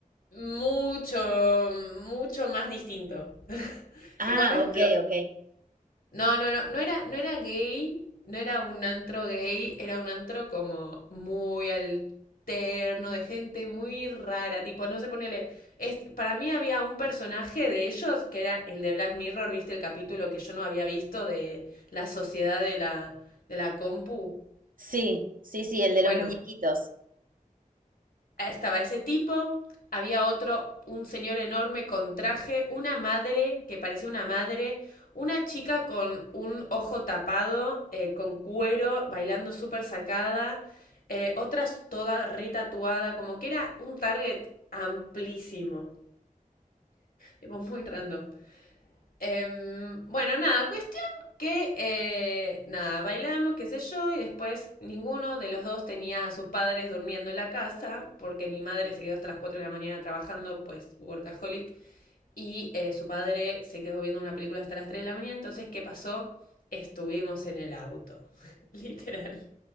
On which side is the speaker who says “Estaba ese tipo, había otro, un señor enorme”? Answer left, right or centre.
Left